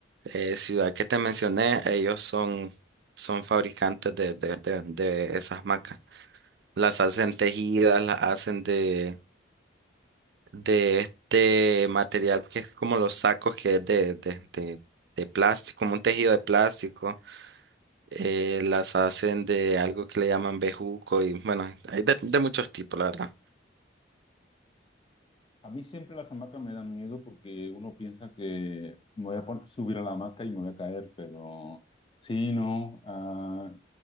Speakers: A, on the right; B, on the left.
A: eh, ciudad que te mencioné, ellos son, son fabricantes de, de, de, de esas macas. Las hacen tejidas, las hacen de, de este material que es como los sacos, que es de, de, de, de plástico, como un tejido de plástico. Eh, las hacen de algo que le llaman bejuco y bueno, hay de de muchos tipos, la verdad.
B: A mí siempre las hamacas me dan miedo porque uno piensa que me voy a pon- subir a la hamaca y me voy a caer, pero sí, no. ah,